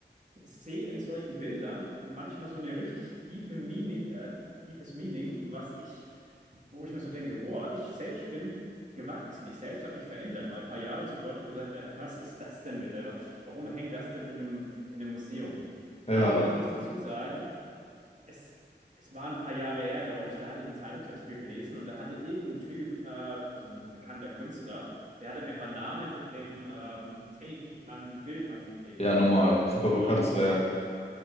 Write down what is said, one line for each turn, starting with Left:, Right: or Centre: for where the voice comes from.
Right: sehe in solchen Bildern manchmal so eine richtig diepe Meaning, äh, deepes Meaning, was ich, wo ich mir so denke, wow, ich selbst bin gewachsen, ich selbst habe mich verändert, weil ein paar Jahre zuvor hätte ich gesagt, äh, was ist das denn bitte? Was, warum hängt das denn in einem, in einem Museum?
Left: Ja.
Right: Aber ich muss dazu sagen, es, es war ein paar Jahre her, glaube ich, da hatte ich einen Zeitungsartikel gelesen und da hatte irgendein Typ, äh, also ein bekannter Künstler, der hatte eine Banane mit einem ähm, Tape an ein Bild rangeklebt.
Left: Ja, nochmal, super
Right: Und
Left: bekanntes Werk.